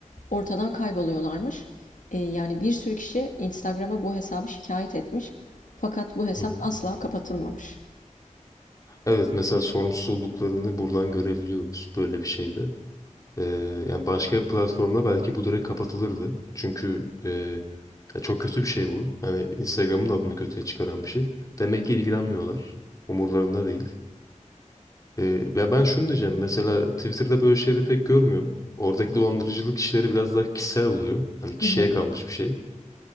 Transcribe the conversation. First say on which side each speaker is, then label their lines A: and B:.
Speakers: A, on the left; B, on the left.
A: ortadan kayboluyorlarmış. E, yani bir sürü kişi Instagram'a bu hesabı şikayet etmiş. Fakat bu hesap
B: Hı hı.
A: asla kapatılmamış.
B: Evet mesela sorumsuzluklarını buradan görebiliyoruz böyle bir şeyde. Ee, yani başka bir platformda belki bu direkt kapatılırdı. Çünkü e, ya çok kötü bir şey bu. Hani Instagram'ın da adını kötüye çıkaran bir şey. Demek ki ilgilenmiyorlar. Umurlarında değil. Ee, ya ben şunu diyeceğim. Mesela Twitter'da böyle şeyleri pek görmüyorum. Oradaki dolandırıcılık işleri biraz daha kişisel oluyor. Hani kişiye
A: Hı hı.
B: kalmış bir şey.